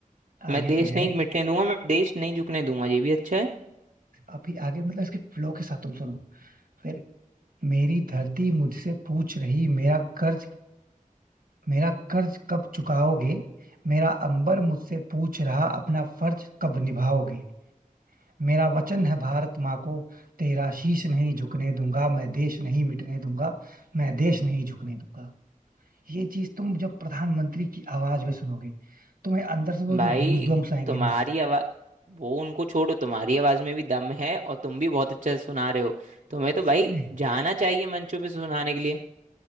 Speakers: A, on the right; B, on the right.
A: मैं
B: आगे
A: देश
B: फिर है
A: नहीं मिटने दूंगा मैं देश नहीं झुकने दूंगा ये भी अच्छा है
B: अभी आगे मतलब इसके फ्लो के साथ तुम सुनो फिर मेरी धरती मुझसे पूछ रही मेरा कर्ज मेरा कर्ज कब चुकाओगे मेरा अंबर मुझसे पूछ रहा अपना फर्ज कब निभाओगे मेरा वचन है भारत माँ को तेरा शीश नहीं झुकने दूंगा मैं देश नहीं मिटने दूंगा मैं देश नहीं झुकने दूंगा ये चीज तुम जब प्रधानमंत्री की आवाज में सुनोगे तुम्हें अंदर से वो
A: भाई
B: जो गूज बम्स आएंगे
A: तुम्हारी
B: ना
A: आवाज वो उनको छोड़ो तुम्हारी आवाज में भी दम है और तुम भी बहुत अच्छा सुना रहे हो तुम्हें तो
B: सच
A: भाई
B: में
A: जाना चाहिए मंचों पे सुनाने के लिए